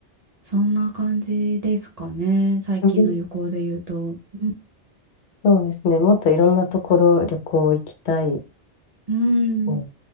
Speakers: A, on the right; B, on the left.
A: そんな感じですかね。最近の旅行で言うと。
B: うん
A: うん。
B: そうですね。もっといろんなところ旅行行きたい。
A: うん
B: うん